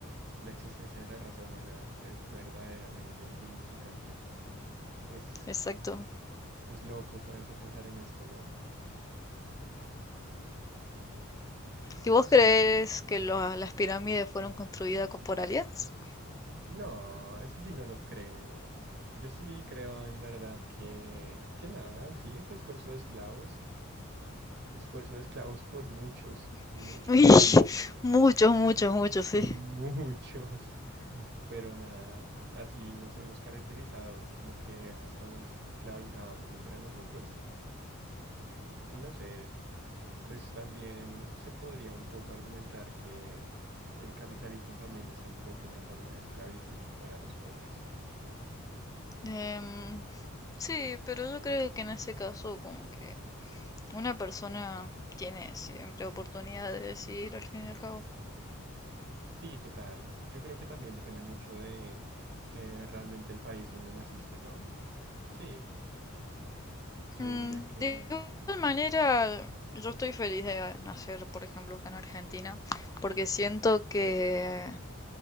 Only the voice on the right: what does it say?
la existencia de la raza humana, es verdaderamente insignificante. Es,
es loco ponerse a pensar en esto, ¿no?
Sí.
No, eso sí no lo creo. Yo sí creo en verdad que, que nada, sí, fue esfuerzo de esclavos, esfuerzo de esclavos por muchos, muchos,
muchos años,
muchos, <laughs> pero nada, así nos hemos caracterizado, como que hasta nos esclavizábamos entre nosotros y no sé, pues también se podría un poco argumentar que el capitalismo también es un poco una forma de esclavitud para los pobres.
Sí, total. Yo creo que también depende mucho de eh, realmente el país donde naciste, ¿no? Pero sí, yo
diría que